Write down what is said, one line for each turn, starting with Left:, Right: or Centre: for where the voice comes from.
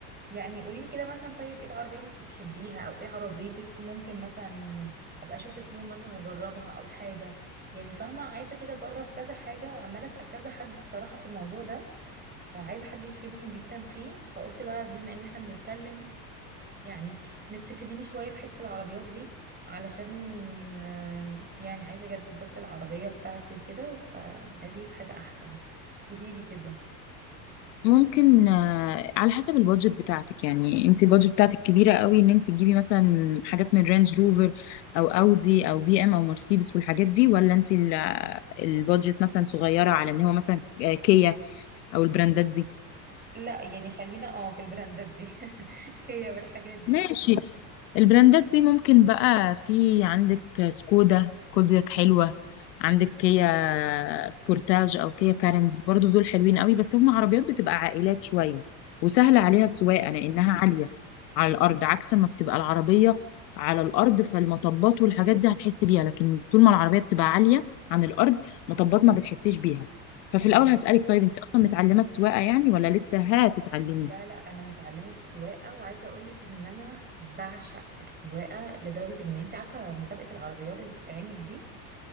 Right: يعني قولي لي كده مثلا طيب ايه العربية اللي انت بتحبيها او ايه عربيتك ممكن مثلا ابقى اشوفك يوم مثلا واجربها او حاجة يعني فاهمة عايزة كده اجرب كذا حاجة عمالة اسأل كذا حد بصراحة في الموضوع ده فعايزة حد يفيدني جدا فيه فقلت بقى بما ان احنا بنتكلم يعني نتفيديني شوية في حتة العربيات دي علشان آم، يعني عايزة اجدد بس العربية بتاعتي كده فعايزة اجيب حاجة احسن قولي لي كده
Left: ممكن آه، على حسب البادجت بتاعتك يعني انت البادجت بتاعتك كبيره قوي ان انت تجيبي مثلا حاجات من رينج روفر او اودي او بي ام او مرسيدس والحاجات دي ولا انت ال- البادجت مثلا صغيره على ان هو مثلا آه، كيا او البراندات دي
Right: لا يعني خلينا اه في البراندات دي <laughs> كيا والحاجات دي
Left: ماشي البراندات دي ممكن بقى في عندك سكودا كودياك حلوة عندك
Right: مم.
Left: كيا سبورتاج أو كيا كارنز برضو دول حلوين قوي بس هم عربيات بتبقى عائلات شوية وسهلة
Right: اوكي
Left: عليها السواقة لأنها عالية على الأرض عكس ما بتبقى العربية على الأرض فالمطبات والحاجات دي هتحس بيها لكن طول ما العربية بتبقى عالية عن الأرض مطبات ما بتحسيش بيها ففي
Right: فهماكي
Left: الأول هسألك طيب أنت أصلا متعلمة السواقة يعني ولا لسه هتتعلمي؟
Right: لا لا انا متعلمه السواقه وعايزه اقول لك ان انا بعشق السواقه لدرجه ان انت عارفه مسابقه العربيات اللي بتتعمل دي